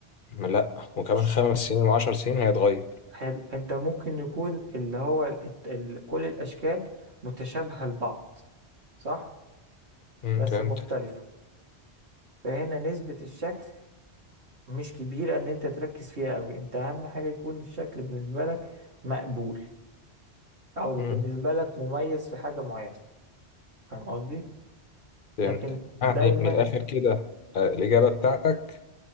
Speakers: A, on the left (about 50°); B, on the right (about 75°).
A: لا وكمان
B: ش...
A: خمس سنين وعشر سنين هيتغير
B: حلو أنت ممكن يكون اللي هو ال... ال... كل الأشكال متشابهة لبعض صح
A: مم.
B: بس
A: فهمتك
B: مختلفة فهنا نسبة الشكل مش كبيرة ان انت تركز فيها قوي انت اهم حاجة يكون الشكل بالنسبة لك مقبول او
A: مم.
B: بالنسبة لك مميز في حاجة معينة فاهم قصدي
A: فهمتك
B: لكن
A: يعني
B: دايما
A: من الآخر كده آه الإجابة بتاعتك